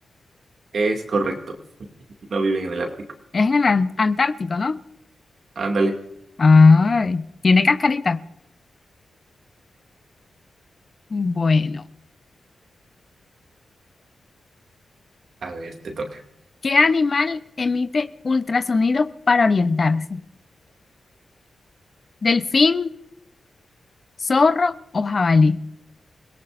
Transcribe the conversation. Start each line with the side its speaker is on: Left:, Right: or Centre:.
Right: Es correcto, no viven en el Ártico.
Left: Es en el Ant- Antártico, ¿no?
Right: Ándale,
Left: Ay, tiene cascarita. Bueno,
Right: a ver, te toca.
Left: ¿qué animal emite ultrasonidos para orientarse? ¿Delfín, zorro o jabalí?